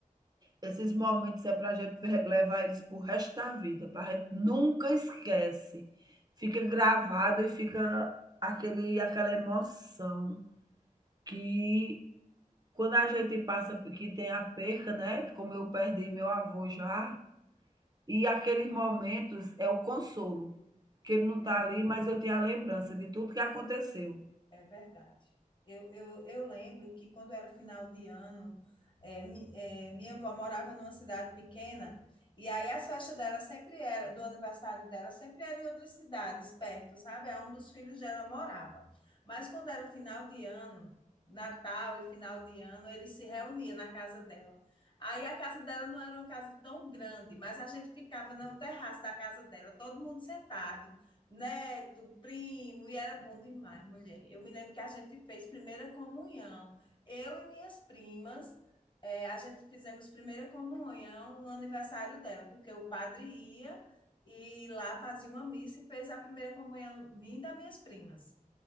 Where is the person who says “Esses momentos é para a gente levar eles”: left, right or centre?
Right